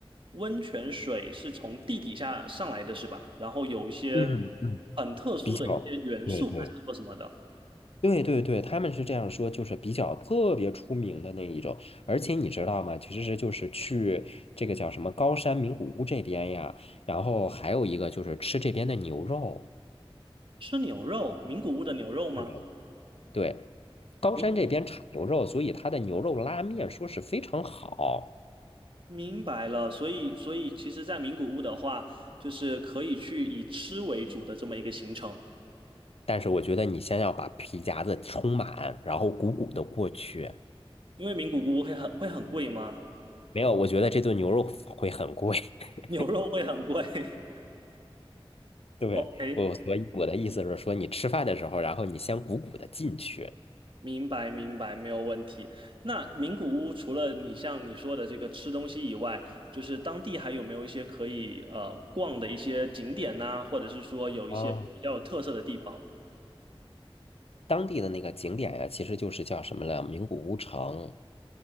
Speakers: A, on the right (about 60°); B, on the left (about 80°).
A: 温泉水是从地底下上来的，是吧？然后有一些
B: 嗯嗯，
A: 很特殊的一些元素，
B: 比较，对对
A: 还是说什么的？
B: 对对对，他们是这样说，就是比较特别出名的那一种，而且你知道吗？其实就是去这个叫什么高山名古屋这边呀，然后还有一个就是吃这边的牛肉，
A: 吃牛肉，名古屋的牛肉吗？
B: 是的，对，高山这边产牛肉，
A: 名。
B: 所以它的牛肉拉面说是非常好。
A: 明白了，所以所以其实，在名古屋的话，就是可以去以吃为主的这么一个行程，
B: 但是我觉得你先要把皮夹子充满，然后鼓鼓的过去。
A: 因为名古屋会很会很贵吗？
B: 没有，我觉得这顿牛肉会很贵。
A: <laughs>
B: <laughs>
A: 牛肉会很贵
B: 对，
A: <laughs>？OK，
B: 我，所以我的意思是说，你吃饭的时候，然后你先鼓鼓的进去。
A: 明白明白，没有问题。那名古屋除了你像你说的这个吃东西以外，就是当地还有没有一些可以呃逛的一些景点呐、或者是说有一些比较有特色的地方？
B: 啊，当地的那个景点呀，其实就是叫什么了？名古屋城。